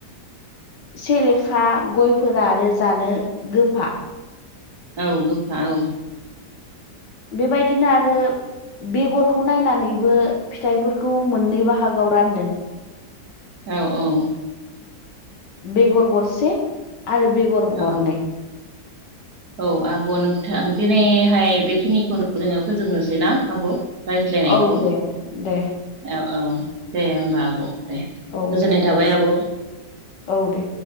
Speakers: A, on the left; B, on the right.
A: सेलेखा गयफोरा आरो जानो गोफा
B: औ गोखा औ
A: बेबायदिनो आरो बेगरखौ नायनानैबो फिथाइफोरखौ मोननै बाहागोआव रानदों
B: औ-औ
A: बेगर गरसे आरो बेगर गरनै
B: औ औ आब' नोंथां दिनैहाय बेखिनिखौनो जोङो फोजोबनोसै ना आब' रायज्लायनायखौ
A: औ दे दे
B: औ-औ दे होमबा आब' दे गोजोननाय
A: औ दे
B: थाबाय आब'
A: औ दे